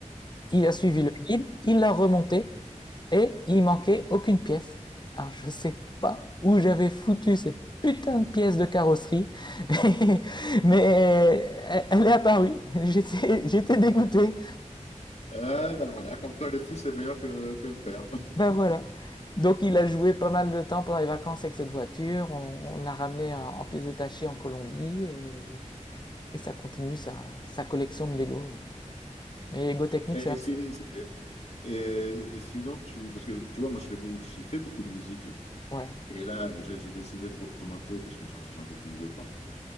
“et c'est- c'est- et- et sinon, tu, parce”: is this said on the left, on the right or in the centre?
Left